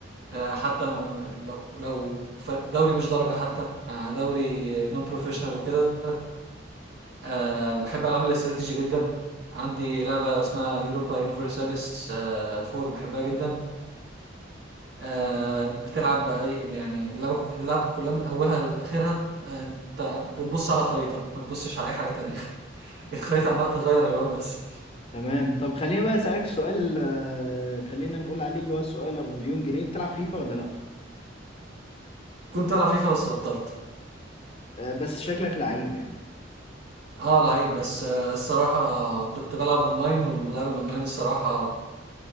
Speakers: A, on the right (about 60°); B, on the left (about 30°).
A: آه حتى ما- لو لو ف- دوري مش درجة حتى آه دوري نون بروفيشنال وكده آه بحب ألعاب الاستراتيجي جدا عندي لعبة اسمها يوروبا يونيفرساليس آه فور بحبها جدا آه بتلعب أي يعني اللعبة اللعبة كلها من أولها لآخرها آه أنت بتبص على خريطة ما بتبصش على أي حاجة تانية <laughs> الخريطة عمال تغير ألوان بس
B: تمام طب خلينا بقى اسالك سؤال آه، خلينا نقول عليه اللي هو السؤال ابو مليون جنيه بتلعب فيفا ولا لا
A: كنت ألعب فيفا بس بطلت
B: آه، بس شكلك لعيب يعني
A: اه لعيب بس آه، الصراحة كنت بلعب اونلاين واللعب الاونلاين الصراحة